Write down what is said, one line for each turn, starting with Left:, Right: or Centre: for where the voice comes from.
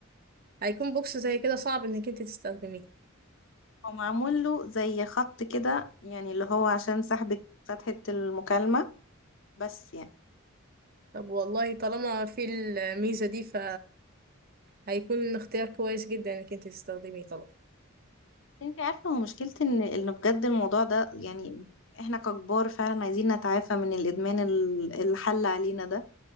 Right: هيكون بوكس زي كده صعب إنك أنت تستخدميه
Left: هو معمول له زي خط كده يعني اللي هو عشان سحب فتحة المكالمة بس يعني
Right: طب والله طالما في الميزة دي ف هيكون اختيار كويس جدا إنك أنت تستخدميه طبعا
Left: انتي عارفة هو مشكلتي ان ان بجد الموضوع ده يعني احنا ككبار فعلا عايزين نتعافى من الادمان ال- الحل علينا ده